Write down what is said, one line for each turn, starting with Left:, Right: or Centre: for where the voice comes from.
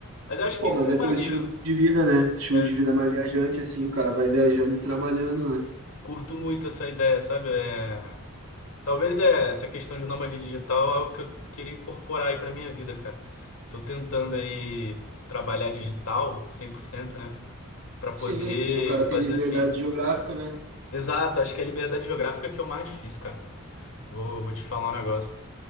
Left: Mas eu acho
Right: Pô,
Left: que isso
Right: mas
Left: que
Right: é
Left: é
Right: teu
Left: maneiro.
Right: estilo de vida, né? Estilo
Left: né?
Right: de vida mais viajante, assim. O cara vai viajando e trabalhando, né?
Left: Curto muito essa ideia, sabe? É... Talvez é, essa questão de nômade digital é algo que eu queria incorporar aí pra minha vida, cara. Tô tentando aí trabalhar digital 100%, né? Pra poder
Right: Sim, que daí o cara
Left: fazer
Right: tem liberdade
Left: assim.
Right: geográfica, né?
Left: Exato, acho que é a liberdade geográfica que é o mais difícil, cara. Vou, vou te falar um negócio.